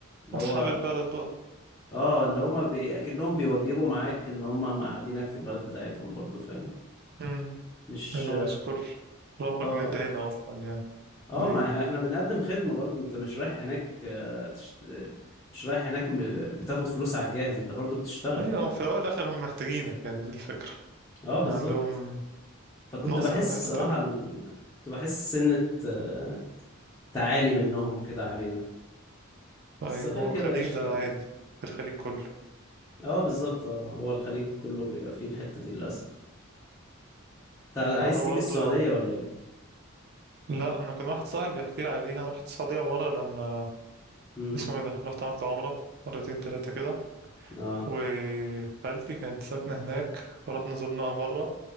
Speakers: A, on the left (about 15°); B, on the right (about 50°).
A: اللي
B: اصحاب
A: هو
B: البلد بقى
A: اه اللي هما بي... اكنهم بيوجبوا معاك ان هما مقعدينك في البلد بتاعتهم برضو فاهم
B: مم.
A: مش
B: حلو اشكر ربك
A: اه
B: ان انت هنا اصلا يعني
A: اه
B: ليه
A: ما ما احنا بنقدم خدمة برضه انت مش رايح هناك آه، تشت... آه، مش رايح هناك م- بتاخد فلوس على الجاهز انت برضه بتشتغل
B: ايوه
A: انت
B: في الاول والاخر هم محتاجينك يعني دي الفكره
A: اه بالظبط
B: يعني عندهم
A: فكنت
B: نقص
A: بحس
B: امال
A: الصراحة
B: تقريبا
A: ال... كنت بحس سنة آه، تعالي منهم كده علينا
B: ايوه
A: بس غير
B: هو
A: كده
B: الخليج
A: قشطة
B: ده
A: يعني
B: عادي في الخليج كله
A: اه بالظبط اه هو الخليج كله بيبقى فيه الحتة دي للأسف انت عايز
B: وانا برضو
A: تيجي السعودية ولا ايه؟
B: لا انا كان واحد صاحبي بيحكي لي عليها انا رحت السعوديه مره لما
A: امم
B: اسمه ايه ده رحت عملت عمره مرتين ثلاثه كده
A: اه
B: وخالتي كانت ساكنه هناك ورحنا زرناها مره